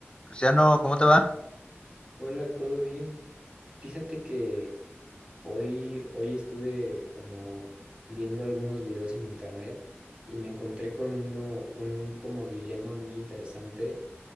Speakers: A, on the left (about 20°); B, on the right (about 30°).
A: Luciano, ¿cómo te va?
B: Hola, ¿todo bien? Fíjate que hoy, hoy estuve como viendo algunos videos en internet y me encontré con uno, un como dilema muy interesante